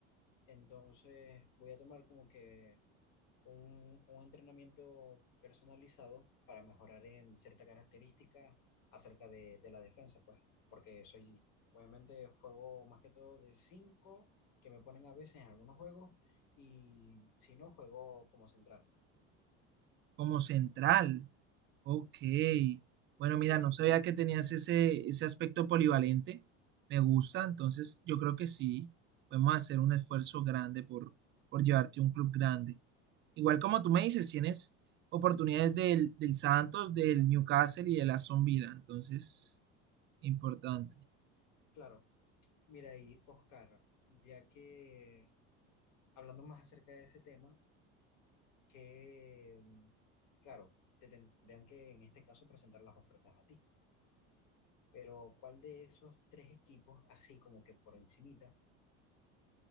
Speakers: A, on the left; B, on the right.
A: entonces voy a tomar como que un, un entrenamiento personalizado para mejorar en cierta característica acerca de, de la defensa, pues, porque soy, obviamente, juego más que todo de cinco que me ponen a veces en algunos juegos, y si no, juego como central.
B: como central. Ok. Bueno,
A: Sí,
B: mira,
A: sí,
B: no sabía que tenías ese, ese aspecto polivalente. Me gusta, entonces yo creo que sí. Podemos hacer un esfuerzo grande por, por llevarte a un club grande. Igual como tú me dices, tienes oportunidades del, del Santos, del Newcastle y del Aston Villa. Entonces, importante.
A: claro. Mira, y Oscar, ya que hablando más acerca de ese tema, que, claro, te tendrían que en este caso presentar las ofertas a ti. pero ¿cuál de esos tres equipos, así como que por encimita,